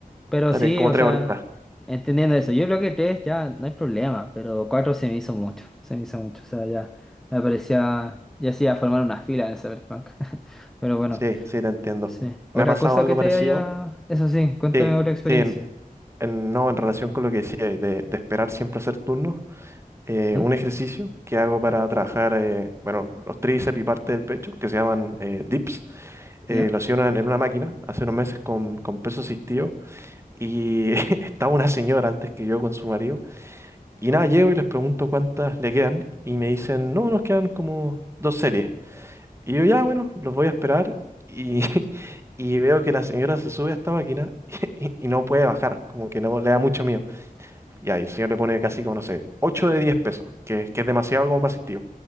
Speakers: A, in the centre; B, on the right.
A: Pero
B: estaré
A: sí,
B: como
A: o
B: tres
A: sea,
B: horas.
A: entendiendo eso, yo creo que tres ya no hay problema, pero cuatro se me hizo mucho. Se me hizo mucho. O sea, ya me parecía, ya sí, a formar una fila en el Cyberpunk. <laughs> Pero bueno.
B: Sí, sí, te entiendo.
A: Sí. Otra
B: ¿Me ha pasado
A: cosa
B: algo
A: que te
B: parecido?
A: haya. Eso sí, cuéntame
B: Sí,
A: otra experiencia.
B: sí, en- no, en relación con lo que decíais, de, de esperar siempre hacer turnos, eh,
A: ¿Mm?
B: un ejercicio que hago para trabajar, eh, bueno, los tríceps y parte del pecho, que se llaman eh, dips, eh,
A: ¿Ya?
B: lo hacía una- en una máquina hace unos meses con, con peso asistido y <laughs> estaba una señora antes que yo con su marido y nada, llego y les pregunto cuántas le quedan y me dicen, no, nos quedan como dos series. Y yo ya, bueno, los voy a esperar y, <laughs> y veo que la señora se sube a esta máquina <laughs> y, y no puede bajar, como que no le da mucho miedo. Y ahí el señor le pone casi como, no sé, 8 de 10 pesos, que, es que es demasiado como para asistir.